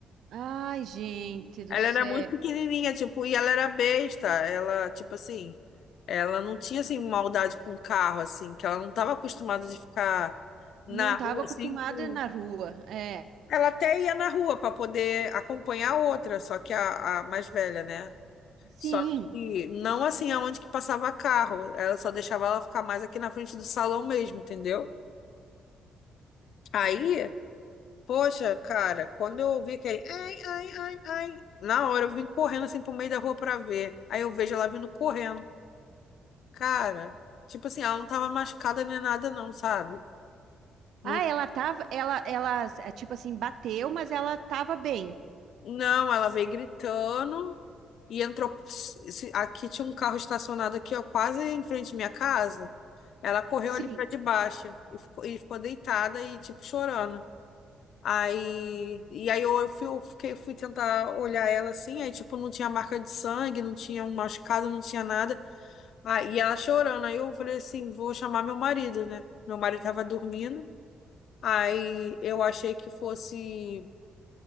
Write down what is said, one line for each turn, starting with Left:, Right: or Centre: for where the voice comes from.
Right: Ai, gente do
Left: Ela
Right: céu.
Left: era muito pequenininha, tipo, e ela era besta. Ela, tipo assim, ela não tinha, assim, maldade com o carro, assim, que ela não estava acostumada de ficar na
Right: Não estava
Left: rua,
Right: acostumada
Left: assim, com...
Right: na rua. É,
Left: Ela até ia na rua para poder acompanhar a outra, só que a, a mais velha, né?
Right: sim.
Left: Só que não, assim, aonde que passava carro. Ela só deixava ela ficar mais aqui na frente do salão mesmo, entendeu? Aí... Poxa, cara, quando eu ouvi aquele ai, ai, ai, ai, na hora eu vim correndo assim pro meio da rua pra ver. Aí eu vejo ela vindo correndo. Cara, tipo assim, ela não tava machucada nem nada, não, sabe? Não,
Right: Ah, ela tava, ela, ela, é, tipo assim, bateu, mas ela tava bem.
Left: não, ela veio gritando e entrou. se- Aqui tinha um carro estacionado aqui, ó, quase em frente à minha casa. Ela correu
Right: Sim.
Left: ali pra debaixo e ficou, e ficou deitada e, tipo, chorando. Aí, e aí eu, fui, eu fiquei, fui tentar olhar ela assim, aí tipo, não tinha marca de sangue, não tinha um machucado, não tinha nada. Aí ela chorando. Aí eu falei assim, vou chamar meu marido, né? Meu marido tava dormindo. Aí eu achei que fosse